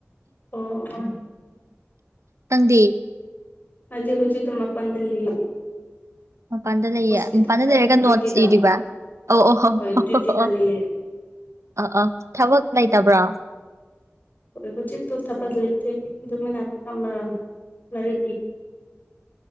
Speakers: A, on the left (about 40°); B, on the right (about 90°).
A: ꯑꯣ ꯑꯣ
B: ꯅꯪꯗꯤ
A: ꯑꯩꯗꯤ ꯍꯧꯖꯤꯛ ꯃꯥꯄꯟꯗ ꯂꯩꯌꯦ
B: ꯃꯄꯥꯟꯗ ꯂꯩꯌꯦ
A: ꯍꯣꯁꯄꯤꯇꯥꯜꯗ
B: ꯃꯄꯟꯗ ꯂꯩꯔꯒ
A: ꯗ꯭ꯌꯨꯇꯤꯗ
B: ꯅꯣꯠꯁ ꯏꯔꯤꯕ ꯑꯣ ꯑꯣ
A: ꯍꯣꯏ
B: ꯑꯣ
A: ꯗ꯭ꯌꯨꯇꯤꯗ
B: ꯑꯣ
A: ꯂꯩꯌꯦ
B: ꯑ ꯑꯥ ꯊꯕꯛ ꯂꯩꯇꯕ꯭ꯔꯥ
A: ꯍꯣꯏ ꯍꯧꯖꯤꯛ ꯇ ꯊꯄꯗ ꯂꯩꯇꯦ ꯑꯗꯨ ꯑꯗꯨ ꯃꯅ ꯀ ꯃꯔꯔ